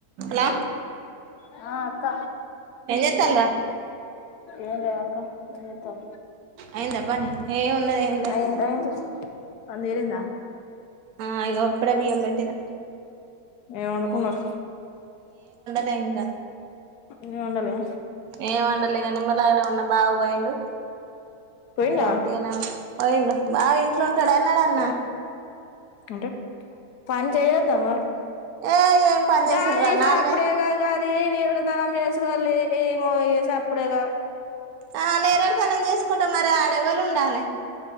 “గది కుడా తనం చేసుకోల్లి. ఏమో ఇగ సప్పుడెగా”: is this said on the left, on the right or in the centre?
Left